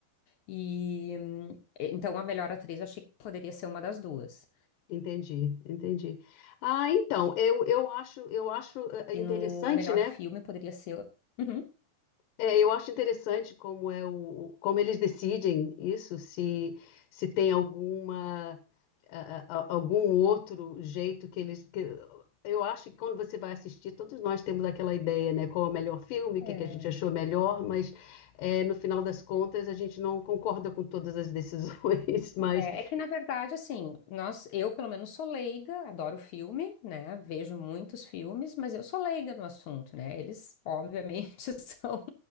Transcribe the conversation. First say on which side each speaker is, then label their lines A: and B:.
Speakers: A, on the left (about 65°); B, on the left (about 80°).
A: E hum, eh, então a melhor atriz eu achei que poderia ser uma das duas.
B: Entendi, entendi. Ah, então, eu, eu acho, eu acho eh, eh,
A: E
B: interessante,
A: no melhor
B: né?
A: filme poderia ser. Uhum.
B: É, eu acho interessante como é o, como eles decidem isso, se, se tem alguma a- a- algum outro jeito que eles. que- eu acho que quando você vai assistir, todos nós temos aquela ideia, né? Qual é o melhor filme, o
A: É,
B: que, que a gente achou melhor, mas é, no final das contas a gente não concorda com todas as decisões, <laughs> mas
A: é, é que na verdade, assim, nós, eu pelo menos sou leiga, adoro filme, né? Vejo muitos filmes, mas eu sou leiga no assunto, né? Eles, obviamente, <laughs> são